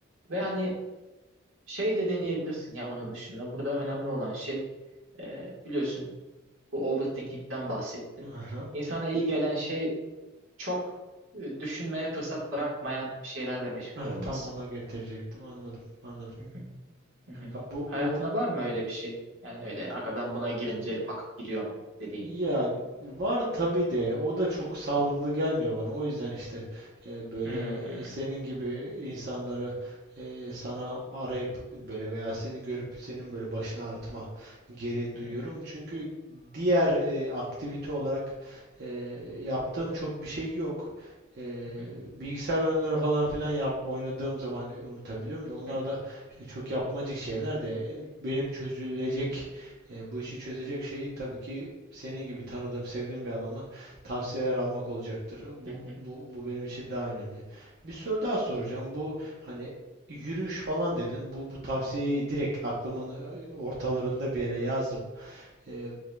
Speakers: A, on the right; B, on the right.
A: Ve hani şey de deneyebilirsin ya onun dışında. Burada önemli olan şey ee, biliyorsun bu overthinking'den bahsettin.
B: Aha.
A: İnsana iyi gelen şey çok e, düşünmeye fırsat bırakmayan şeylerle meşgul
B: Ah,
A: olması.
B: tam ona getirecektim. Anladım. Anladım.
A: Hı hı, hı hı.
B: Ya bu
A: Hayatına
B: bu
A: var mı öyle bir şey? Yani öyle aga ben buna girince akıp gidiyorum dediğin.
B: Ya var tabii de o da çok sağlıklı gelmiyor bana. O yüzden işte e, böyle
A: Hmm.
B: e, senin gibi insanları e, sana arayıp böyle veya seni görüp senin böyle başını ağrıtma gereği
A: Hı
B: duyuyorum.
A: hı,
B: Çünkü diğer e, aktivite olarak e, yaptığım çok bir şey yok. E,
A: hı hı,
B: bilgisayar oyunları falan filan yap oynadığım zaman e, unutabiliyorum da onlar
A: hı hı,
B: da e, çok yapmacık şeyler de e, benim çözülecek e, bu işi çözecek şey tabii ki senin gibi tanıdığım, sevdiğim bir adamla tavsiyeler almak olacaktır. Bu,
A: hı hı,
B: bu, bu benim için daha önemli. Bir soru daha soracağım. Bu hani yürüyüş falan dedin. Bu, bu tavsiyeyi direkt aklımın e, ortalarında bir yere yazdım. Ee,